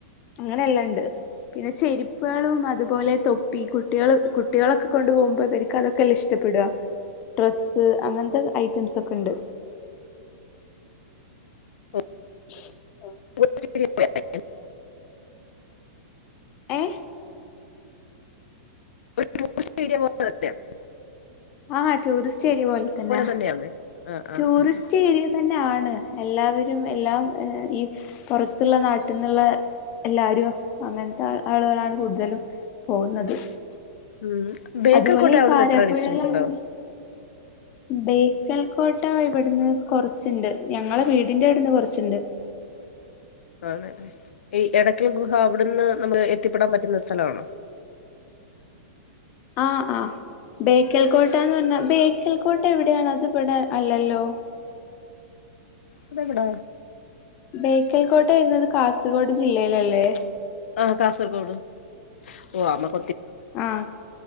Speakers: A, on the left; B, on the left.
A: അങ്ങനെയെല്ലാം ഉണ്ട് പിന്നെ ചെരുപ്പുകളും അതുപോലെ തൊപ്പി കുട്ടികൾ കുട്ടികളൊക്കെ കൊണ്ടു പോകുമ്പോൾരിക്കക്ക് അതൊക്കെല്ലാം ഇഷ്ടപ്പെടുക ഡ്രെസ്സ് അങ്ങനത്തെ ഐറ്റംസ് ഒക്കെ ഉണ്ട്
B: ആ.
A: ആ
B: <unintelligible>
A: ഏഹ
B: ഒരു പോ
A: ആഹ ടൂറിസ്റ്റ് ഏരിയ പോലെ തന്നെ
B: തന്നെയാന്നേ ആ ആ
A: ടൂറിസ്റ്റ്
B: ആ
A: ഏരിയ തന്നെ ആാണ് എല്ലാവരും എല്ലാം ഈ പുറത്തുള്ള നാട്ടിൽന്നുള്ള എല്ലാരും അങ്ങനത്തെ ആളുകളാണ് കൂടുതലും പോകുന്നത്
B: ഉം ബേക്കൽ
A: അതുപോലെ
B: കോട്ട
A: ഈ
B: അവിടുന്ന്
A: കാരാപ്പുഴല്ലണ
B: എത്ര ഡിസ്റ്റൻസ് ഉണ്ടാവും
A: ബേക്കൽ കോട്ട ഇവിടുന്ന് കൊറച്ചുണ്ട് ഞങ്ങളെ വീടിന്റെ ഇവിടുന്ന് കൊറച്ചുണ്ട് ഉ
B: ആണല്ലേ ഈ ഇടയ്ക്കൽ ഗുഹ അവിടുന്ന് നമുക്ക് എത്തിപ്പെടാൻ പറ്റുന്ന സ്ഥലമാണോ
A: ആഹ ആഹ ബേക്കൽ കോട്ട എന്ന് പറഞ്ഞാ ബേക്കൽ കോട്ട എവിടെയാണ് അത് ഇടാ അല്ലല്ലോ ഉ
B: അതെവിടെ
A: ബേക്കൽകോട്ട വരനത് കാസർഗോഡ് ജില്ലയിലല്ലേ
B: ആഹ കാസർഗോഡ് ഓ ആമ്മക്ക
A: ആഹ